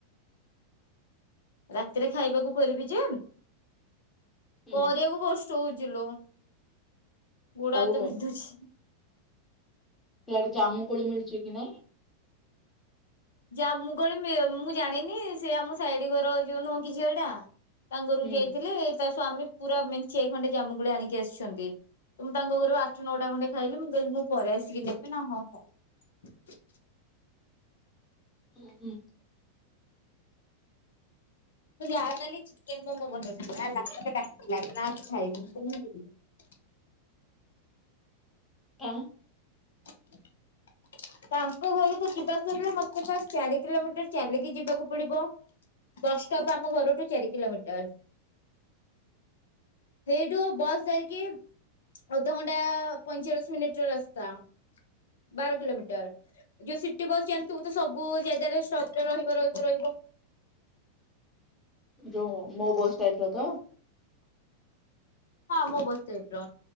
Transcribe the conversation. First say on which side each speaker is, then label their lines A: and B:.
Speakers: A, on the left; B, on the left.
A: ରାତିରେ ଖାଇବାକୁ କରିବି ଯେ
B: ହୁଁ
A: କରିବାକୁ କସ୍ ଚଉଜିଲ ଗୋଡହାତ
B: ଆଉ
A: ବିନ୍ଧୁଛି।
B: ସେଆଡେ ଜାମୁ କୋଳି ମିଳୁଛି କି ନାଇଁ?
A: ଜାମୁକୋଳି ମି ମୁଁ ଜାଣିନି ସେ ଆମ ସାଇଡୀ ଘର ଯୋଉ ନୁହଁ କି ଝିଅ ଟା ତାଙ୍ଗରକୁ
B: ହୁଁ
A: ଯାଇଥିଲେ ତା ସ୍ଵାମୀ ପୁରା ମେଞ୍ଚେଏ ଖଣ୍ଡେ ଜାମୁକୋଳି ଆଣିକି ଆସିଛନ୍ତି। ମୁ ତାଙ୍କ ଘରୁ ଆଠ ନଟା ଖଣ୍ଡେ ଖାଇଲେ ମୁଁ କହିଲି ମୁଁ ପରେ ଆସିକି ନେବି ନା ହଁ ହଁ ।
B: ଉଁ ଉୁଁ।
A: ମୁ ଜା କାଲି ଚିକେନ ମୋମୋ ବନେଇଥିଲା ହେଲା ମତେ ଡାକିଲା କହିଲା ଆସ ଖାଇବୁ। ମୁଁ କହିଲି ମୁଁ ଯିବିନି।
B: ହ।
A: <inaudible> ତାଙ୍କ ଘରକୁ ଯିବାକୁ ହେଲେ ମତେ ଫାଷ୍ଟ୍ ଚାରି କିଲୋମିଟର ଚାଲିକି ଯିବାକୁ ପଡିବ। ବସ୍ ଷ୍ଟପ ଆମ ଘରଠୁ ଚାରି କିଲୋମିଟର। ଆ ସେଇଠୁ ବସ୍ ଧରିକି ଅଧଘଣ୍ଟା ପଇଁଚାଳିଶ ମିନିଟ ର ରାସ୍ତା, ବାର କିଲୋମିଟର ଯୋଉ ସିଟି ବସ୍ ଜାଣିଥିବୁ ତ ସବୁ ଜାଗାରେ ଷ୍ଟପ ରେ ରହିବ ରହିବ ରହିବ।
B: ଯଉ ମୋ ବସ୍ ଯାଇଥିଲେ ତ
A: ହଁ ମୋ ବସ ଟାଇପର।